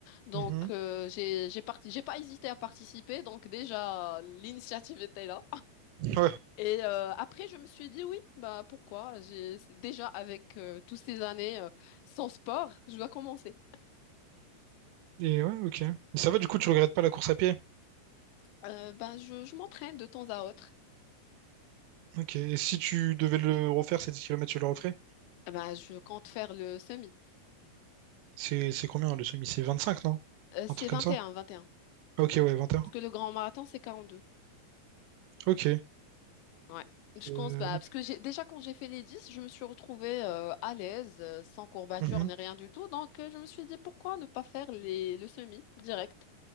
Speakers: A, on the left; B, on the right.
A: Donc,
B: Mhm.
A: euh, j'ai, j'ai parti, j'ai pas hésité à participer. Donc, déjà, l'initiative était là.
B: Ouais.
A: Et euh, après, je me suis dit, oui, bah, pourquoi? J'ai, c'est- déjà, avec euh, toutes ces années euh, sans sport, je dois commencer.
B: Et ouais, ok. Et ça va, du coup, tu regrettes pas la course à pied.
A: Euh, bah, je, je m'entraîne de temps à autre.
B: Ok. Et si tu devais le refaire, ces 10 kilomètres, tu le referais?
A: Bah, je compte faire le semi.
B: C'est, c'est combien le semi? C'est 25 non?
A: Euh, c'est
B: Un truc comme
A: vingt
B: ça?
A: et un. vingt et un.
B: Ok, ouais, 21.
A: Parce que le grand marathon, c'est 42.
B: Ok.
A: Ouais. Je
B: Euh,
A: pense pas. Parce que j'ai déjà quand j'ai fait les 10, je me suis retrouvée euh, à l'aise, euh, sans courbature
B: mhm.
A: ni rien du tout. Donc euh, je me suis dit pourquoi ne pas faire les... le semi direct?